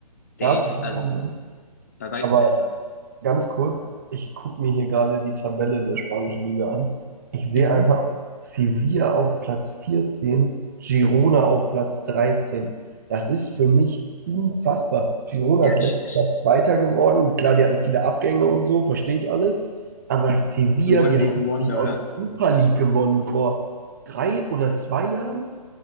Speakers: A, on the left; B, on the right.
A: Der
B: Ja, hast
A: ist
B: du vollkommen
A: also
B: recht.
A: bei weitem
B: Aber
A: besser.
B: Ganz kurz, ich gucke mir hier gerade die Tabelle der spanischen Liga an. Ich sehe
A: Mhm.
B: einfach Sevilla auf Platz 14, Girona auf Platz 13. Das ist für mich unfassbar. Girona
A: Ja,
B: ist
A: tsch-
B: letztes
A: tsch.
B: Jahr Zweiter geworden. Klar, die hatten viele Abgänge und so, verstehe ich alles. Aber Sevilla,
A: ist ein One-Season-Wonder,
B: die haben die Europa
A: oder?
B: League gewonnen vor drei oder zwei Jahren.